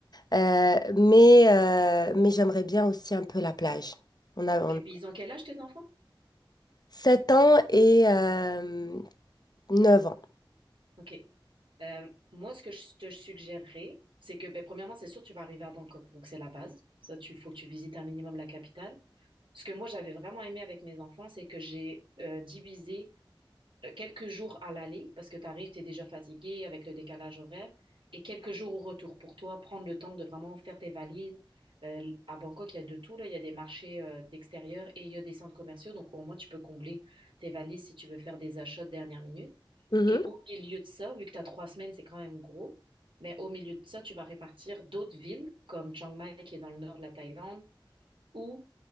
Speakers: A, on the left; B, on the right.
A: Euh, mais euh, mais j'aimerais bien aussi un peu la plage. On a,
B: Ok,
A: on
B: puis ils ont quel âge tes enfants?
A: 7 ans et euh, 9 ans.
B: Ok. Euh, moi, ce que je te suggérerais, c'est que, ben, premièrement, c'est sûr, tu vas arriver à Bangkok, donc c'est la base. Ça, tu faut que tu visites un minimum la capitale. Ce que moi, j'avais vraiment aimé avec mes enfants, c'est que j'ai euh, divisé euh, quelques jours à l'aller, parce que tu arrives, tu es déjà fatigué avec le décalage horaire, et quelques jours au retour pour toi, prendre le temps de vraiment faire tes valises. Euh, à Bangkok, il y a de tout, là. Il y a des marchés euh, d'extérieur et il y a des centres commerciaux, donc au moins, tu peux combler tes valises si tu veux faire des achats de dernière minute.
A: Mhm.
B: Et au milieu de ça, vu que tu as trois semaines, c'est quand même gros, mais au milieu de ça, tu vas répartir d'autres villes, comme Chiang Mai, qui est dans le nord de la Thaïlande, ou,